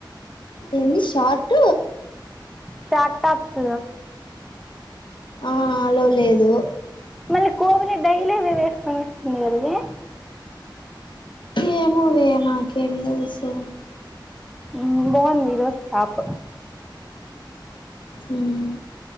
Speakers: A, on the left; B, in the centre.
A: ఏంది షార్ట్
B: షార్ట్ టాప్స్
A: ఆ అలో లేదు
B: మళ్ళీ కోబని డైలీ వే వేసుకొని వస్తుంది కదవి
A: ఏమో వే నాకేం తెలుసు
B: ఉమ్ బావుందీ ఈరోజు టాప్
A: ఉమ్